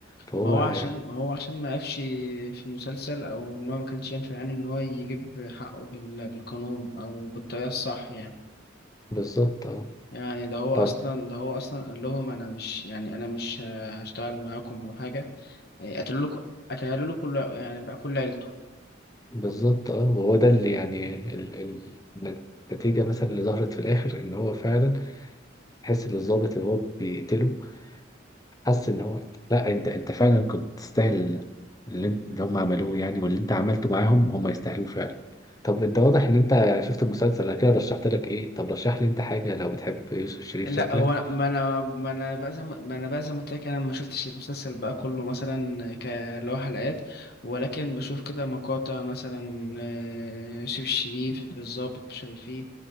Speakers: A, on the left (about 20°); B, on the left (about 55°).
A: فهو
B: ما هو
A: يعني
B: عشان ما هو عشان ما قفش في المسلسل او ان هو ما كانش ينفع يعني ان هو يجيب حقه بال- بالقانون او بالطريقه الصح يعني
A: بالظبط اه
B: يعني ده هو
A: طب
B: اصلا ده هو اصلا قال لهم انا مش يعني انا مش هشتغل معاكم او حاجه يعني قتلوا له قتلوا له كل يعني بقى كل عيلته
A: بالظبط اه وهو ده اللي يعني ال ال النتيجة مثلا اللي ظهرت في الاخر ان هو فعلا حس ان الضابط اللي هو بيقتله حس ان هو لا انت انت فعلا كنت تستاهل اللي, انت- اللي هم عملوه يعني واللي انت عملته معاهم هم يستاهلوه فعلا طب انت واضح ان انت شفت المسلسل انا كده رشحت لك ايه طب رشح لي انت حاجه لو بتحب يوسف شريف
B: لا
A: شكلك
B: هو ما انا ما انا بقى زي ما ما انا بقى زي ما قلت لك انا ما شفتش المسلسل بقى كله مثلا ك- اللي هو حلقات ولكن بشوف كده مقاطع مثلا آه، شيف الشريف الضابط مش عارف ايه